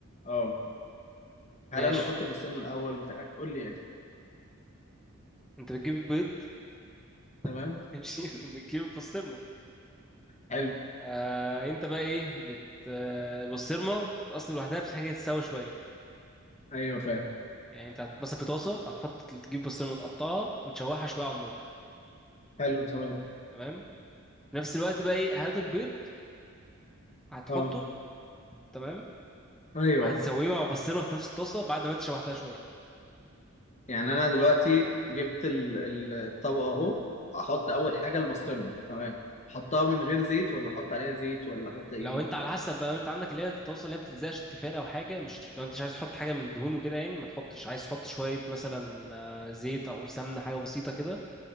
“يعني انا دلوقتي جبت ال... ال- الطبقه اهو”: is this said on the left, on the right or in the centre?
Left